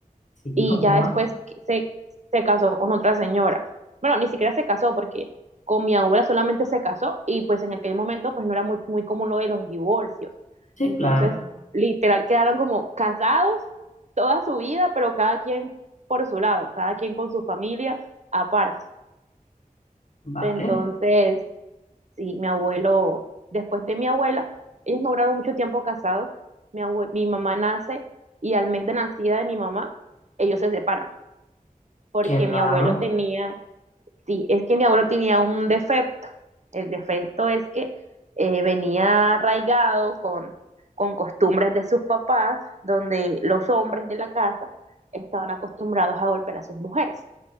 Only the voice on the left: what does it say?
Sí,
¿con
quién
más?
Sí,
claro,
vale,
qué raro.